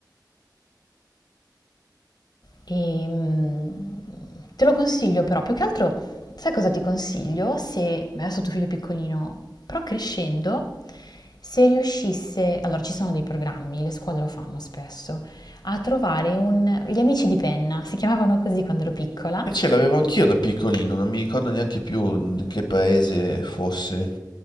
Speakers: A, on the left (about 65°); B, on the left (about 75°).
A: E, mm, te lo consiglio però, più che altro, sai cosa ti consiglio? Se adesso tuo figlio è piccolino, però crescendo, se riuscisse, allora ci sono dei programmi, le scuole lo fanno spesso, a trovare un, gli amici di penna, si chiamavano così quando ero piccola.
B: E ce l'avevo anch'io da piccolino, non mi ricordo neanche più di che paese fosse.